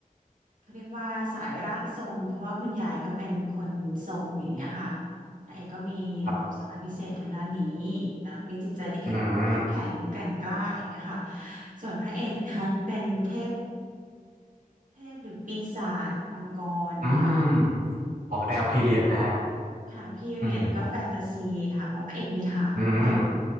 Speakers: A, on the right; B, on the right.
A: เขาเรียกว่าสายร่างทรงเพราะว่าคุณยายเขาเป็นคนทรงอย่างเงี้ยค่ะนางเอกก็มีความสามารถพิเศษทางด้านนี้
B: ครับ
A: แต่มีจิตใจที่แข็งเข้มแข็งแกร่งกล้าอย่างเงี้ยค่ะ
B: อืม
A: ส่วนพระเอกนั้นเป็นเทพเทพหรือปีศาจมังกรค่ะ
B: อืมออกแนวพีเรียดนะฮะ
A: ค่ะพีเรียดแล้วก็แฟนตาซีค่ะเพราะพระเอกมีหางด้วย
B: อืมอืม